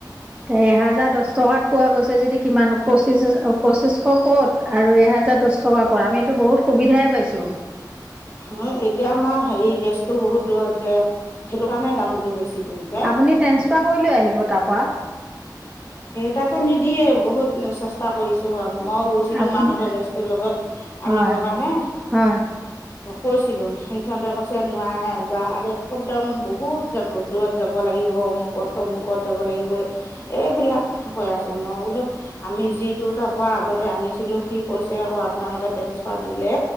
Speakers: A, on the right (about 15°); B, on the left (about 35°).
A: তে এহেজাৰ দহ টকাত পোৱা গৈছে যদি কিমান পঁচিশ পঁচিছশ ক'ত আৰু এহেজাৰ দহ টকা কৰা আমিতো বহুত সুবিধাই পাইছোঁ
B: হয় এতিয়া আমাৰ হেৰি গেছটো বহুত দূৰত যে সেইটো কাৰণে দামটো বেছি পৰি যায়
A: আপুনি ট্ৰেন্ঞ্চফাৰ কৰি লৈ আহিব তাৰপৰা
B: তাৰ পৰা নিদিয়ে বহুত চেষ্টা চেষ্টা কৰিছো মই গৈছিলো
A: আপুনি
B: মাহঁতৰ গেছটোৰ লগত
A: হয়
B: আনিবৰ কাৰণে
A: হয়
B: কৈছিলো সেই সিহঁতে কৈছে নোৱাৰে পুৰা একদম দাম বহুত যাব দূৰত যাব লাগিব অমুকত তমুকত যাব লাগিব এইবিলাক কৈ আছে মই বোলো আমি যিটো তাৰ পৰা আগতে আনিছিলো সি কৈছে আকৌ আপোনালোকে ট্ৰেন্ঞ্চফাৰ দিলে